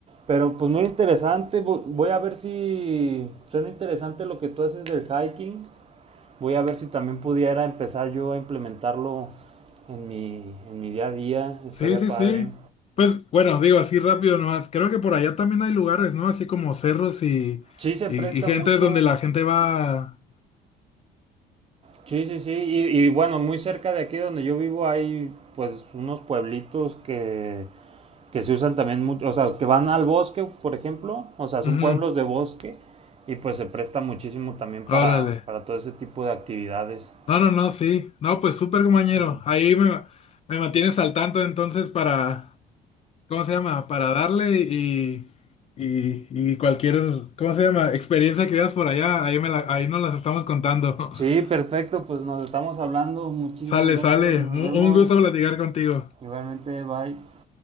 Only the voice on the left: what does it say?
Sí, sí,
sí. Pues bueno, digo así rápido nomás. Creo que por allá también hay lugares, ¿no? Así como cerros y,
y,
y gente
donde la gente va.
Ujú,
Órale.
No, no, no, sí. No, pues súper compañero.
Ahí me, me mantienes al tanto entonces para. ¿Cómo se llama? Para darle y, y, y cualquier, ¿cómo se llama? Experiencia que veas por allá, ahí, me la- ahí nos las estamos contando. <laughs>
Sale,
sale.
Mu-
Un gusto platicar contigo.